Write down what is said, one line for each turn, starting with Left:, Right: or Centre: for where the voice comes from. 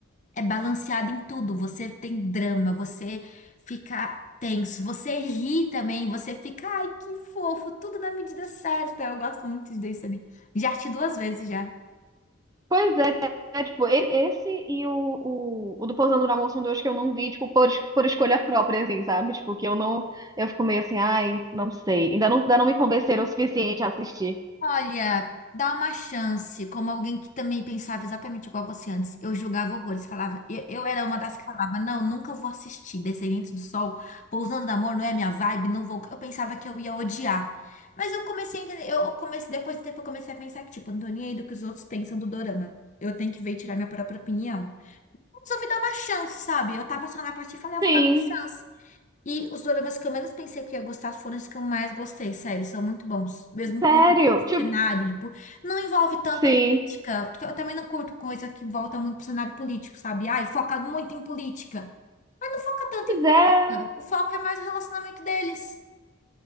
Left: É balanceado em tudo. Você tem drama, você fica tenso, você ri também, você fica, ai, que fofo, tudo na medida certa. Eu gosto muito de Descendentes. Já assisti duas vezes já.
Right: Pois é, é, tipo, e- esse e o, o, o do Pousando no Amor são dois que eu não vi, tipo, por, es- por escolha própria, assim, sabe? Tipo, que eu não, eu fico meio assim, ai, não sei. Ainda não, ainda não me convenceram o suficiente a assistir.
Left: Olha, dá uma chance, como alguém que também pensava exatamente igual você antes. Eu julgava horrores, falava, eu, eu era uma das que falava, não, nunca vou assistir Descendentes do Sol, Pousando no Amor, não é minha vibe, não vou. Eu pensava que eu ia odiar. Mas eu comecei a entender, eu comecei, depois de um tempo eu comecei a pensar que, tipo, eu não tô nem aí do que os outros pensam do dorama. Eu tenho que ver e tirar minha própria opinião. Resolvi dar uma chance, sabe? Eu tava só na parte e falei, eu
Right: Sim,
Left: vou dar uma chance. E os doramas que eu menos pensei que eu ia gostar foram os que eu mais gostei, sério, são muito bons. Mesmo
Right: sério,
Left: com
Right: tipo,
Left: cenário, tipo, não envolve tanta
Right: sim.
Left: política, porque eu também não curto coisa que volta muito pro cenário político, sabe? Ai, foca muito em política. Mas não foca tanto
Right: Pois
Left: em política.
Right: é.
Left: O foco é mais o relacionamento deles.